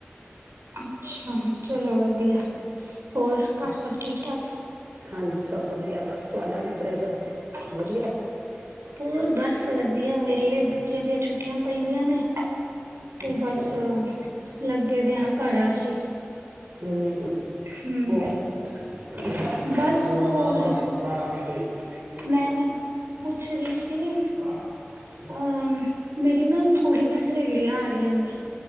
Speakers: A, on the right (about 75°); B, on the right (about 45°).
A: ਅੱਛਾ, ਚਲੋ ਵਧੀਆ ਹੋਰ ਘਰ
B: <unintelligible>
A: ਸਭ ਠੀਕ ਠਾਕ
B: ਹਾਂਜੀ ਸਭ ਵਧੀਆ ਬਸ ਤੁਹਾਡਾ ਕਿਸ ਤਰ੍ਹਾਂ ਹੈ ਸਭ
A: <unintelligible>
B: ਵਧੀਆ
A: ਹੋਰ ਬਸ ਵਧੀਆ ਵੇਹਲੇ ਬੱਚਿਆਂ ਦੀਆਂ ਛੁੱਟੀਆਂ ਪੈਂਦੀਆਂ ਨੇ, ਤੇ
B: ਅੱਛਾ
A: ਬਸ ਲੱਗੇ ਵੇ ਹਾ ਘਰਾਂ ਚ ਹੀ।
B: ਹੂੰ
A: ਹਮ
B: ਹੋਰ, <unintelligible>
A: ਬਸ ਹੋਰ ਮੈਂ ਪੁੱਛ ਰਹੀ ਸੀ ਅਹ ਮੇਰੀ ਨਾ, ਕੁੜੀ ਦੀ ਸਹੇਲੀਆਂ <unintelligible> ਕਰ ਜਾਂੇ